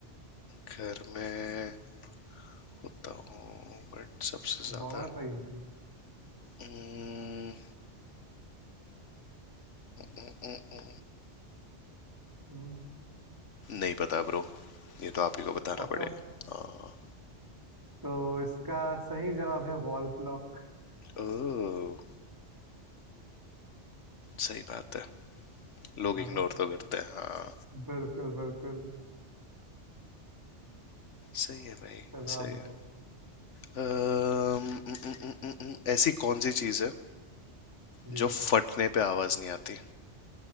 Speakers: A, on the left; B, on the right.
A: घर में होता हूँ बट सबसे
B: बहुत
A: ज्यादा
B: इजी है
A: हम्म, हम्म,
B: हम्म,
A: नहीं पता ब्रो ये तो आप ही को बताना
B: पक्का
A: पड़ेगा हाँ
B: तो इसका सही जवाब है वॉल क्लॉक
A: ओ सही बात है लोग
B: है
A: इग्नोर
B: ना
A: तो करते हैं हाँ
B: बिल्कुल बिल्कुल
A: सही है भाई
B: चलो
A: सही
B: आप बताओ
A: है अम्म, उम, उम, उम, उम, उम, ऐसी कौन सी चीज़ है
B: जी
A: जो फटने पे आवाज नहीं आती